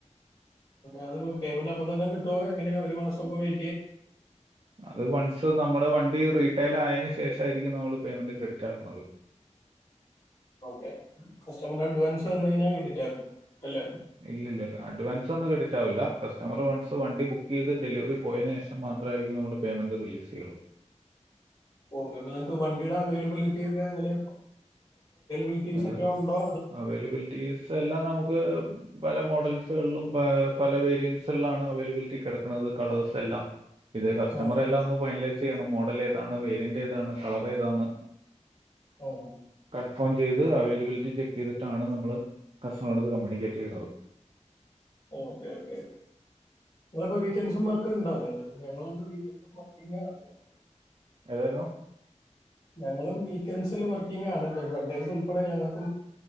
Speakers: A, on the left; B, on the right.
A: അത് ഒരു പേയ്മെന്റ് അപ്പ തന്നെ കിട്ടുവോ എങ്ങനെയാ ഒരു മാസോക്കെ വെയി
B: അത് വൺസ് നമ്മടെ വ റീറ്റെൽ ആയതിനന് ശേഷമായിരിക്കും നമ്മൾ പേയ്മെൻറ് ക്രെഡിറ്റ് ആക്കുന്നത്
A: ഓക്കെ കസ്റ്റമറ അഡ്വാൻസ് വന്ന കഴിഞ്ഞാൽ ക്രെഡിറ്റ് ആക്കും അല്ലേ
B: ഇല്ല ഇല്ല അഡ്വാൻസ് ഒന്നും ക്രെഡിറ്റാവില്ല കസ്റ്റമർ <unintelligible> സോ വണ്ടി ബുക്ക് ചെയ്ത് ഡെലിവറി പോയതിന് ശേഷം മാത്രമായിരിക്കും നമ്മൾ പേയ്മെൻറ് റിലീസ് ചെയ്യുള്ളൂ
A: ഓക്കെ അപ്പൊ നിങ്ങക്ക് വണ്ടിയുടെ അവൈലബിലിറ്റിക്കെ അങ്ങനെ ഉൽകീസ്
B: അത്
A: ഒക്കെ ഉണ്ടോ
B: അവൈലബിലിറ്റീസ് എല്ലാം നമുക്ക് പല മോഡൽസുകളിലും പല വേരിയൻസാണ് അവൈലബിലിറ്റി കിടക്കുന്നത് കളേഴ്‌സ് എല്ലാം ഇത് കസ്റ്റമർ
A: ഉം
B: എല്ലാം
A: ഉം.
B: ഒ ഫൈനലൈ സ് ചെയ്യണം ആണ് മോഡൽ ഏതാണ് വേരിയന്റ് ഏതാണ് കളർ ഏതാണ്
A: ഓ
B: കൺഫേം ചെയ്ത് അവൈലബിലിറ്റി ചെക്ക് ചെയ്തിട്ടാണ് നമ്മള് കസ്റ്റനോട്ത് കമ്മ്യൂണിക്കേറ്റ് ചെയ്യണത്
A: ഓകെ ഓക്കെ പ്പോ വീക്കൻസും വർക്ക ഉണ്ടാവോ നിങ്ങള് ഞങ്ങളൾത്ത പിന്നെയാണ് ഞങ്ങള
B: ഏതായിരുന്നു
A: ഞങ്ങളും വീക്കെൻസിൽ വർക്കിംഗ ആണ് ഇ സൺഡേസ് ഉൾപ്പെടെ ഞങ്ങൾക്ക